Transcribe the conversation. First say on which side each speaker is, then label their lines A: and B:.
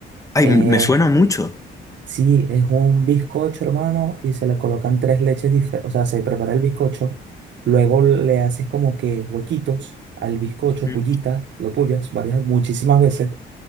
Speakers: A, on the left (about 15°); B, on the right (about 65°).
A: Ay,
B: Eh,
A: m- me suena mucho.
B: sí, es un bizcocho, hermano, y se le colocan tres leches diferentes. O sea, se prepara el bizcocho, luego le haces como que huequitos al bizcocho,
A: Ujú.
B: pullitas, lo pullas varias, muchísimas veces,